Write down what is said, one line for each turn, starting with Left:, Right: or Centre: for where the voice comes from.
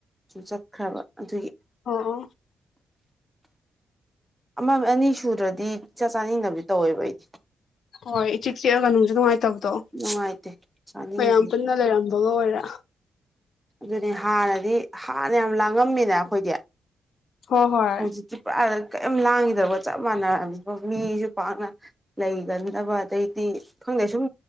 Centre: ꯁꯨ ꯆꯠꯈ꯭ꯔꯕ ꯑꯗꯨꯒꯤ
Left: ꯑꯣ
Centre: ꯑꯃꯛ ꯑꯅꯤ ꯁꯨꯗ꯭ꯔꯗꯤꯥ ꯆꯥꯀꯆꯥꯅꯤꯡꯗꯕꯤ ꯇꯧꯋꯦꯕ ꯑꯩꯗꯤ
Left: ꯍꯣꯏ ꯏ ꯆꯤꯛ ꯆꯤꯛꯑꯒ ꯅꯨꯡꯁꯨ ꯅꯨꯡꯉꯥꯏꯇꯕꯗꯣ
Centre: ꯅꯨꯡꯉꯥꯏꯇꯦ ꯆꯥꯅꯤꯡꯗꯦ
Left: ꯃꯌꯥꯝ ꯄꯨꯟꯅ ꯂꯩꯔꯝꯃꯤ ꯃꯉ ꯑꯣꯏꯔ
Centre: ꯑꯗꯨꯅꯤ ꯍꯥꯟꯅꯗꯤ ꯍꯥꯟꯅ ꯌꯥꯝ ꯂꯥꯡꯉꯝꯃꯤꯅ ꯑꯩꯈꯣꯏꯗꯤ
Left: ꯍꯣꯏ ꯍꯣꯏ
Centre: ꯍꯧꯖꯤꯀꯇꯤ ꯄꯨꯔꯥ ꯀꯩꯝ ꯂꯥꯡꯈꯤꯗꯕ ꯆꯞ ꯃꯥꯟꯅꯔꯝꯃꯤꯕ ꯃꯤꯁꯨ ꯄꯥꯛꯅ ꯂꯩꯒꯟꯗꯕ ꯑꯗꯩꯗꯤ ꯈꯪꯗꯦ ꯁꯨꯝ